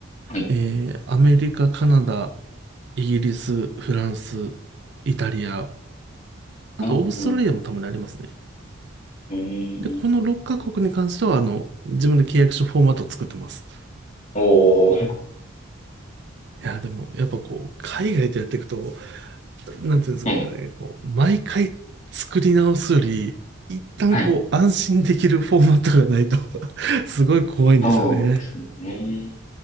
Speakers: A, on the left (about 35°); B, on the right (about 55°).
A: はい。
B: えーアメリカ、カナダ、イギリス、フランス、イタリア、あと、
A: うーん、
B: オーストラリアもたまにありますね。
A: えー、
B: で、この6カ国に関しては、あの、自分で契約書フォーマットを作ってます。
A: おー、
B: いや、でも、やっぱこう、海外でやっていくと、なんていうんですかね、
A: えー、
B: こう、毎回作り直すより、一旦こう、
A: はい。
B: 安心できるフォーマットがないと <laughs> すごい怖いんですよね。
A: そうですね。